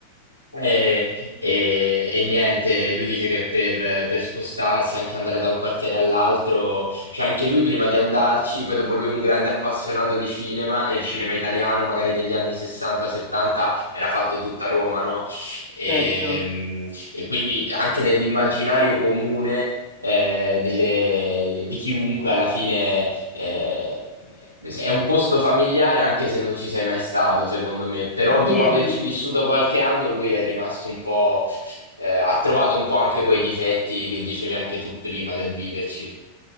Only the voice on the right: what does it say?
E, e- e niente, lui dice che per, per spostarsi, anche andare da un quartiere all'altro, cioè anche lui prima di andarci, poi dopo lui è un grande appassionato di cinema e il cinema italiano, magari degli anni 60-70, era fatto tutta a Roma, no? E,
e quindi anche nell'immaginario comune eh, delle- di chiunque alla fine eh, è un posto familiare anche se non ci sei mai stato, secondo me. Però
dopo
averci vissuto qualche anno, lui è rimasto un po', eh, ha trovato un po' anche quei difetti che dicevi anche tu prima del viverci.